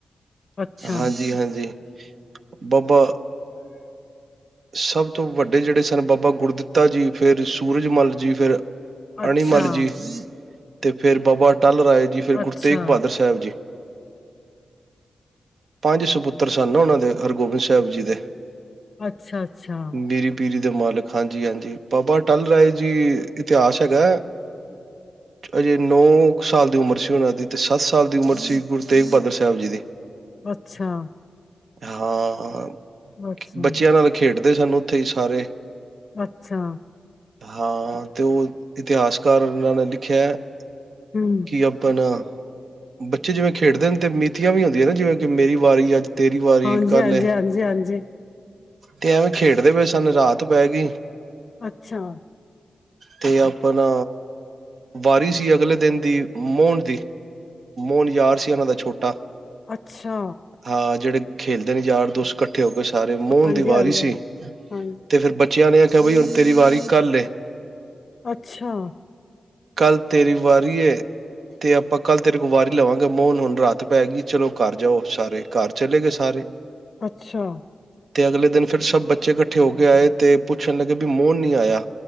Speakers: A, on the left; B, on the right.
A: ਅੱਛਾ।
B: ਹਾਂਜੀ-ਹਾਂਜੀ। ਬਾਬਾ, ਸਭ, ਤੋਂ ਵੱਡੇ ਜਿਹੜੇ ਸਨ, ਬਾਬਾ ਗੁਰਦਤਾ ਜੀ ਫੇਰ ਮੁਲਜ ਮੱਲ ਜੀ ਫਿਰ,
A: ਅੱਛਾ
B: ਅਨੀਮਲ ਜੀ। ਤੇ ਫੇਰ ਬਾਬਾ ਅਟੱਲ ਰਾਏ ਜੀ ਫਿਰ
A: ਅੱਛਾ
B: ਗੁਰੂ ਤੇਗ ਬਹਾਦਰ ਸਾਹਿਬ ਜੀ। ਪੰਜ ਸਪੁੱਤਰ ਸਨ ਉਹਨਾਂ ਦੇ, ਹਰਗੋਬਿੰਦ ਸਾਹਿਬ ਜੀ ਦੇ,
A: ਅੱਛਾ-ਅੱਛਾ,
B: ਮੀਰੀ ਪੀਰੀ ਮਾਲਕ ਹਨ। ਜੀ ਹਾਂਜੀ ਬਾਬਾ ਅਟੱਲ ਰਾਏ ਜੀ। ਇਤਿਹਾਸ ਹੈਗਾ ਹਜੇ ਨੌ ਸਾਲ ਦੀ ਉਮਰ ਸੀ, ਉਹਨਾਂ ਦੀ ਤੇ ਸੱਤ ਸਾਲ ਦੀ ਉਮਰ ਸੀ ਗੁਰੂ ਤੇਗ ਬਹਾਦਰ ਸਾਹਿਬ ਜੀ ਦੀ।
A: ਅੱਛਾ,
B: ਹਾਂ,
A: ਅੱਛਾ,
B: ਬੱਚਿਆਂ ਨਾਲ ਖੇਡਦੇ ਸਾਨੂੰ ਉੱਥੇ ਹੀ ਸਾਰੇ,
A: ਅੱਛਾ,
B: ਹਾਂ, ਤੇ ਉਹ ਇਤਿਹਾਸਕਾਰ ਇਹਨਾਂ ਨੇ ਲਿਖਿਆ
A: ਹਮ
B: ਕਿ ਆਪਣਾ ਬੱਚੇ ਜਿਵੇਂ ਖੇਡਦੇ ਨੇ ਤੇ ਮੀਤੀਆਂ ਵੀ ਆਦੀਆਂ ਨਾ ਜਿਵੇਂ, ਕਿ ਮੇਰੀ ਵਾਰੀ ਅੱਜ ਤੇਰੀ ਵਾਰੀ
A: ਹਾਂਜੀ
B: ਕੱਲ
A: ਹਾਂਜੀ
B: ਐ।
A: ਹਾਂਜੀ ਹਾਂਜੀ
B: ਤੇ ਐਵੇਂ ਖੇਡਦੇ ਪਏ ਸਨ ਰਾਤ ਪੈ ਗਈ
A: ਅੱਛਾ
B: ਤੇ ਆਪਣਾ ਵਾਰੀ ਸੀ, ਅਗਲੇ ਦਿਨ ਦੀ ਮੋਹਣ ਦੀ ਮੋਹਨ ਯਾਰ ਸੀ, ਉਹਨਾ ਦਾ ਛੋਟਾ
A: ਅੱਛਾ
B: ਹਾਂ ਜਿਹੜੇ ਖੇਲਦੇ ਨੇ ਯਾਰ ਦੋਂਸਤ ਇਕੱਠੇ ਹੋਕੇ ਸਾਰੇ ਮੋਹਨ
A: ਹਾਂਜੀ
B: ਦੀ ਵਾਰੀ
A: ਹਾਂਜੀ
B: ਸੀ,
A: ਹਾਂਜੀ ਹਾਂਜੀ
B: ਤੇ ਫਿਰ ਬੱਚੇ ਬੱਚਿਆਂ ਨੇ ਆਖਿਆ, ਬਈ ਹੁਣ ਤੇਰੀ ਵਾਰੀ ਕੱਲੇ
A: ਅੱਛਾ
B: ਕੱਲ੍ਹ ਤੇਰੀ ਵਾਰੀ ਏ, ਤੇ ਆਪਾਂ ਕੱਲ੍ਹ ਤੇਰੇ ਕੋਲੋ ਵਾਰੀ ਲਵਾਂਗੇ, ਮੋਹਨ ਹੁਣ ਰਾਤ ਪੈ ਗਈ ਚਲੋ ਘਰ ਜਾਓ ਸਾਰੇ, ਘਰ ਚਲੇ ਗਏ ਸਾਰੇ
A: ਅੱਛਾ
B: ਤੇ ਅਗਲੇ ਦਿਨ, ਫਿਰ ਸਭ ਬੱਚੇ ਇਕੱਠੇ ਹੋ ਕੇ ਆਏ ਤੇ ਪੁੱਛਣ ਲੱਗੇ ਕੀ ਮੋਹਨ ਨੀ ਆਇਆ